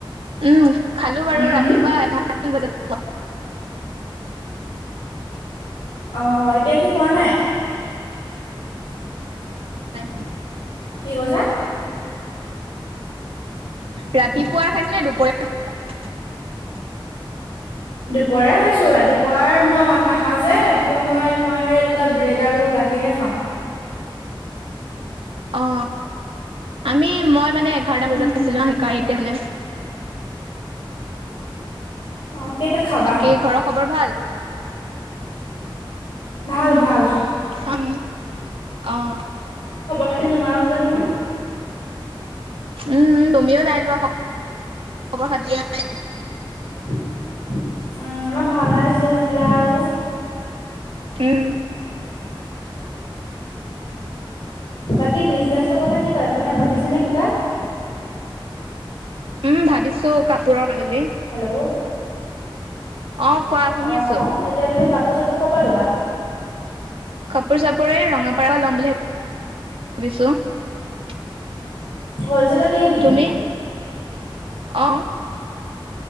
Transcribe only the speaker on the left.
উম,
অ অ এতিয়া কি খোৱা নাই
কি কৈছা?
দুপৰিয়া খাইছো ৰাতিপুৱাৰ মই ভাত নাখাও যে ৰাতিপুৱা তাৰপ মই তোমাৰ এনেকুৱা ব্ৰেড আৰু গাখীৰহে খাওঁ
উম,
অ কেইটাত খাবা?
ভাল ভাল
কাটতি নোহোৱা হ'ল যে তোমাৰ
উম আমাৰ ভাওনা আছিলে নাহিলা আৰু
বাকী বিজনেচটো কথা কি প মানে ভাবিছে নে কিবা
হেল্ল'
অ
এতিয়া তুমি কাপ কাপোৰ চাপোৰ কৰ পৰা লবা
হলচেলত দিয়ে নেকি